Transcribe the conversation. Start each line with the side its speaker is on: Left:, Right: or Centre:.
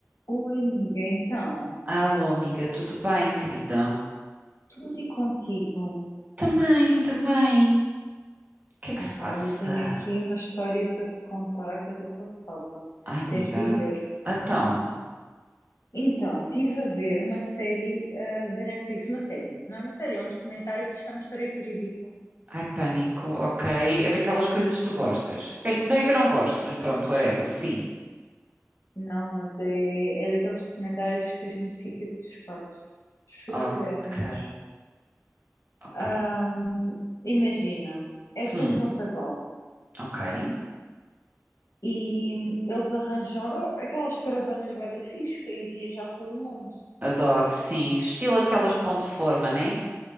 Left: Oi, amiga, então,
Right: Alô, amiga, tudo bem, querida?
Left: tudo e contigo?
Right: Também, também. O que é que
Left: Ah,
Right: se passa?
Left: pá, olha, tenho aqui uma história para te contar que eu estou passada.
Right: Ai, amiga,
Left: Tens de ir ver.
Right: então.
Left: Então, estive a ver uma série ah, da Netflix, uma série. Não é uma série, é um documentário, porque isto é uma história verídica.
Right: Ai, pânico, ok. É daquelas coisas que tu gostas. Bem, não é que eu não gosto, mas pronto, whatever, sim.
Left: Não, mas é, é daqueles documentários que a gente fica de espatos, chocadérrimos.
Right: Ok, ok.
Left: Ahm, imagina, é
Right: Hum,
Left: sobre um casal
Right: ok.
Left: e eles arranjam oh, aquelas caravanas bué da fixe para ir viajar pelo mundo.
Right: Adoro, sim. Estilo aquelas pão de forma, né?